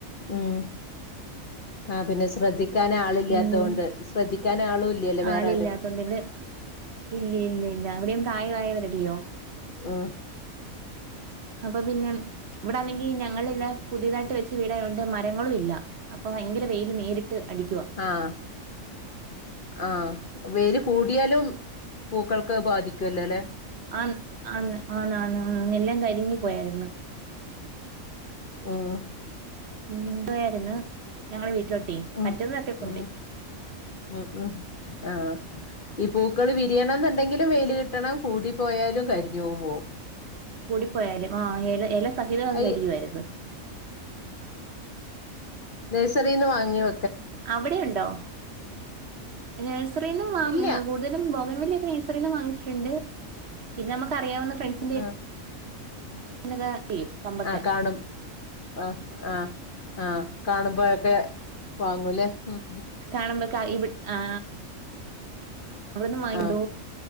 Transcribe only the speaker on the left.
ഉം ആ പിന്നെ ശ്രദ്ധിക്കൻ ആള ഇല്ലാത്തൊണ്ട്
ശ്രദ്ധിക്കൻ ആളും ഇല്ലല്ലേ വേറെരുും
ആഹ
ആഹ ആഹ വേര് കൂടിയാലും പുക്കൾക്ക് ബാധിക്കല്ലോ അല്ലെ
ആഹ
ഉം
ഉം ഉം ഉം ആ് ഈ പൂ പൂക്കൾ വിരിയണം എന്നുണ്ടെങ്കിലും വെയിൽ കിട്ടണം കൂടിപ്പോയാലും കരിഞ്ഞവും പോകവും
അത്
നേസരീന്ന് വാങ്ങിിവ
ഇല്ല
ആഹ്
ആഹ് കാണും ആഹ് ആഹ് ആഹ കാണുമ്പോഴൊക്കെ വാങ്ങൂല്ലേ ഉ
ആഹ്